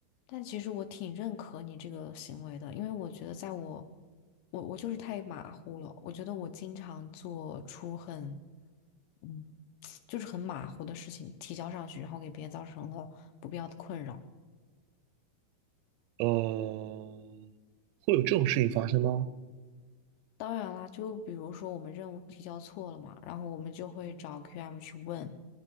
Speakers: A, on the left (about 80°); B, on the right (about 85°).
A: 但其实我挺认可你这个行为的，因为我觉得在我，我我就是太马虎了。我觉得我经常做出很，嗯，<tsk> 就是很马虎的事情提交上去，然后给别人造成了不必要的困扰。
B: 呃，会有这种事情发生吗？
A: 当然啦，就比如说我们任务提交错了嘛，然后我们就会找 QM 去问，